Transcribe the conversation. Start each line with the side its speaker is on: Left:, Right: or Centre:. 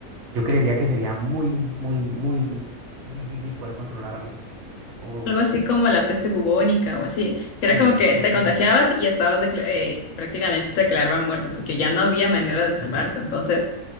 Right: Yo creería que sería muy, muy, muy difícil poder controlarlo. O,
Left: Algo así como la peste bubónica o así, que era
Right: sí,
Left: como que
Right: exactamente.
Left: te contagiabas y estabas decla- eh, prácticamente te declaraban muerto porque ya no había manera de salvarte.
Right: Ujú,
Left: Entonces,